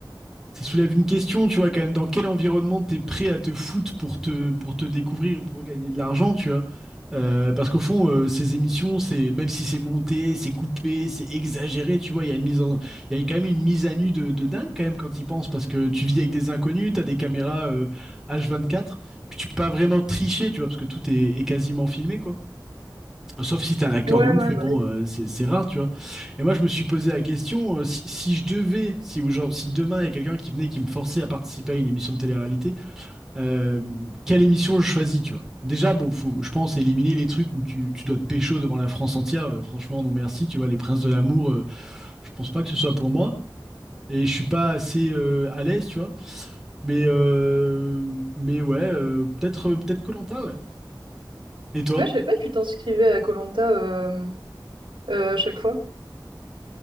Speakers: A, in the centre; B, on the right (about 90°).
A: ça soulève une question, tu vois, quand même, dans quel environnement t'es prêt à te foutre pour te, pour te découvrir, pour gagner de l'argent, tu vois. Euh, parce qu'au fond, euh, ces émissions, c'est même si c'est monté, c'est coupé, c'est exagéré, tu vois, il y a une mise en, il y a quand même une mise à nu de, de dingue quand même quand ils pensent, parce que tu vis avec des inconnus, t'as des caméras euh, h quatre puis tu peux pas vraiment tricher, tu vois, parce que tout est, est quasiment filmé, quoi. Sauf si t'es un acteur
B: Ouais, ouais,
A: de ouf, mais
B: bah
A: bon,
B: oui.
A: euh, c'est c'est rare, tu vois. Et moi, je me suis posé la question, euh, si, si je devais, si, aujourd'hui- si demain il y a quelqu'un qui venait et qui me forçait à participer à une émission de télé-réalité, euh, quelle émission je choisis, tu vois. Déjà, bon, faut, je pense éliminer les trucs où tu, tu dois te pécho devant la France entière. euh, franchement, non merci, tu vois. Les Princes de l'amour, euh, je pense pas que ce soit pour moi. Et je suis pas assez euh, à l'aise, tu vois. Mais, euh, mais ouais, euh, peut-être euh, peut-être koh ouais. Et toi?
B: Ouais, je savais pas que tu t'inscrivais à Colanta euh, euh, à chaque fois.